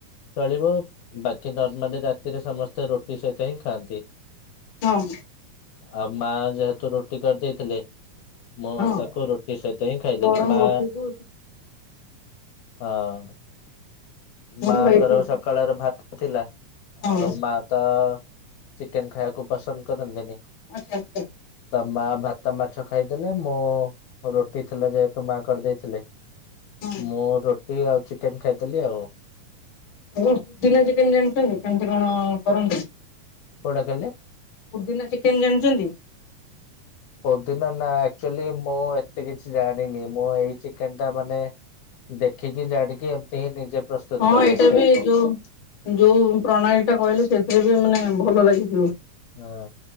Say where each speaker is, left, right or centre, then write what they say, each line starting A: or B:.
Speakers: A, on the left (about 75°); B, on the left (about 60°).
A: ଚଳିବ। ବାକି ନର୍ମାଲି ରାତିରେ ସମସ୍ତେ ରୁଟି ସହିତ ହିଁ ଖାଆନ୍ତି।
B: ହଁ।
A: ଆଉ ମା ଯେହେତୁ ରୁଟି କରିଦେଇଥିଲେ ମୁଁ
B: ହଁ।
A: ତାକୁ ରୁଟି ସହିତ ହିଁ ଖାଇଦେଲି।
B: ଗରମ
A: ମା
B: ରୁଟିକୁ
A: ହଁ।
B: ଭଲ
A: ମାଙ୍କର
B: ଲାଗିବ।
A: ସକାଳର ଭାତ ଥିଲା।
B: ହଁ
A: ଆଉ ମା ତ ଚିକେନ ଖାଇବାକୁ ପସନ୍ଦ କରନ୍ତିନି।
B: ଆଚ୍ଛା ଆଚ୍ଛା
A: ତ ମା ଭାତ ମାଛ ଖାଇଦେଲେ। ମୁଁ ରୋଟି ଥିଲା ଯେହେତୁ ମା କରିଦେଇଥିଲେ
B: ହଁ।
A: ମୁଁ ରୁଟି ଆଉ ଚିକେନ ଖାଇଦେଲି ଆଉ।
B: <unintelligible> କେମିତି କଣ କରନ୍ତି?
A: କଉଟା କହିଲେ?
B: ପୋଦିନା ଚିକେନ ଜାଣିଛନ୍ତି?
A: ପୋଦିନା ନା ଆକଚୁଲି ମୁଁ ଏତେ କିଛି ଜାଣିନି। ମୁଁ ଏଇ ଚିକେନ ଟା ମାନେ ଦେଖିକି ଜାଣିକି ଏମତି ହିଁ ନିଜେ ପ୍ରସ୍ତୁତ
B: ହଁ
A: କରେ।
B: ଏଇଟା
A: ସେ
B: ବି ଯୋଉ ଯୋଉ ପ୍ରଣାଳୀ ଟା କହିଲେ ସେଥିରେ ବି ମାନେ ଭଲ ଲାଗିଥିବ।
A: ହଁ